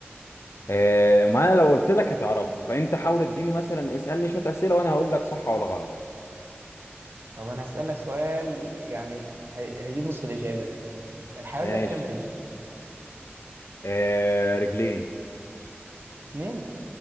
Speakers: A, on the left (about 90°); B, on the right (about 60°).
A: آه، ما أنا لو قلت لك هتعرفها فأنت حاول اديني مثلا اسألني شوية أسئلة وأنا هقول لك صح ولا غلط
B: طب انا هسألك سؤال يعني هي- هيجيب نص الإجابة الحيوان
A: ماشي
B: ده بكام رجل؟
A: آه، رجلين
B: اتنين؟